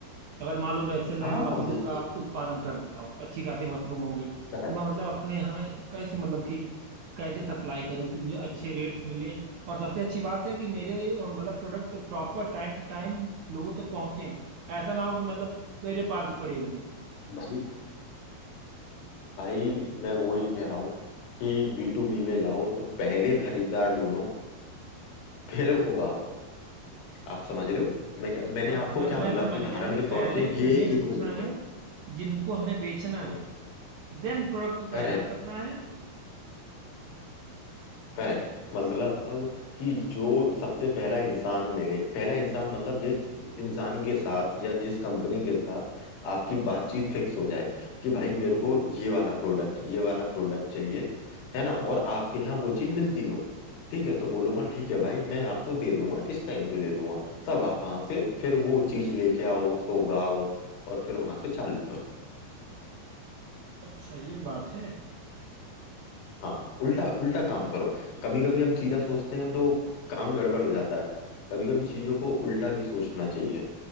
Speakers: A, on the right (about 70°); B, on the left (about 80°).
A: अगर मान लो वैसे मैं
B: हाँ
A: मशरूम
B: हाँ, बिल्कुल
A: का उत्पादन कर देता हूँ अच्छी खासी मशरूम हो गई तो
B: करेक्ट।
A: मैं मतलब अपने यहाँ कैसे मतलब कि कैसे सप्लाई करूँ कि मुझे अच्छे रेट्स मिलें और सबसे अच्छी बात है कि मेरे अ, मतलब product proper time to time लोगों तक पहुँचे ऐसा ना हो कि मतलब मेरे पास ही पड़े हुए हैं।
B: भाई भाई मैं वो ही कह रहा हूँ कि बी टू बी में जाओ तो पहले खरीदार ढूंढो फिर उगाओ आप समझ रहे हो मैं क्या मैंने
A: मैं
B: आपको
A: मैं
B: क्या
A: मैं
B: बोला
A: समझ
B: कि उदाहरण
A: गया कि
B: के
A: पहले
B: तौर पे
A: उन्हें
B: ये
A: ढूंढना
B: एक वो लेते
A: है
B: हैं
A: जिनको हमें बेचना
B: हम्म
A: है देन प्रोडक्ट तैयार
B: Correct
A: करना है
B: correct मतलब कि जो सबसे पहला इंसान मिले पहला इंसान मतलब जिस इंसान के साथ या जिस कंपनी के साथ आपकी बातचीत फिक्स हो जाए कि भाई मेरे को ये वाला प्रोडक्ट ये वाला प्रोडक्ट चाहिए है ना और आपके यहाँ वो चीज़ मिलती हो ठीक है तो बोलूंगा ठीक है भाई मैं आपको दे दूंगा इस टाइम पे दे दूंगा तब आप वहां से फिर वो चीज़ लेके आओ उसको उगाओ और फिर वहां से चालू करो
A: अच्छा ये बात है
B: हाँ उल्टा उल्टा काम करो कभी कभी हम सीधा सोचते हैं तो काम गड़बड़ हो जाता है कभी कभी चीजों को उल्टा भी सोचना चाहिए